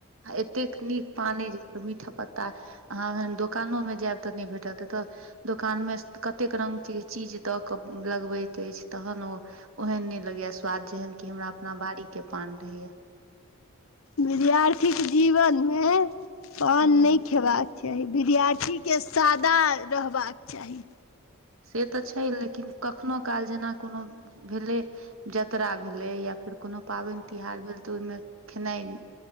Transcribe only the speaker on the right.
आ ए एतेक नीक पान अ जे मीठा पत्ता अहाँ ओहन दोकानो मे जायब तऽ नय भेटत एतऽ दोकान मे कतेक रंग के चीज दऽ कऽ लगबैत अछि तखन ओ ओहेन नय लगैया स्वाद जेहन की हमरा अपना बारी के पान रहैया
हूँ
से तऽ छै लेकिन कखनो काल जेना कोनो भेलै जतरा भेलै या फेर कोनो पाबैन तिहार भेल तऽ ओहिमे खेनाइ